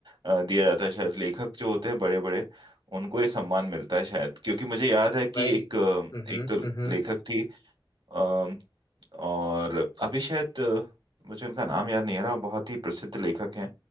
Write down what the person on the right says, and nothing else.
अ, दिया जाता है शायद लेखक जो होते हैं बड़े बड़े उनको ये सम्मान मिलता है शायद क्योंकि मुझे याद है कि
एक अ,
एक तो
लेखक थी अम, और अभी शायद अ, मुझे उनका नाम याद नहीं आ रहा बहुत ही प्रसिद्ध लेखक हैं